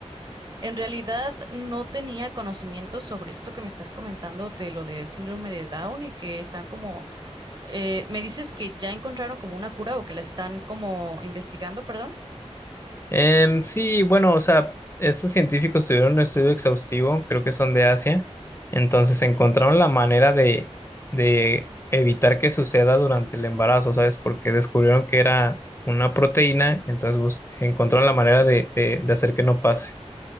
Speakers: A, on the right; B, on the left.
A: En realidad no tenía conocimiento sobre esto que me estás comentando de lo del síndrome de Down y que están como, eh, me dices que ya encontraron como una cura o que la están como investigando, perdón.
B: Em, sí, bueno, o sea, estos científicos tuvieron un estudio exhaustivo, creo que son de Asia, entonces encontraron la manera de, de evitar que suceda durante el embarazo, ¿sabes? Porque descubrieron que era una proteína, entonces bus- encontraron la manera de, de, de hacer que no pase.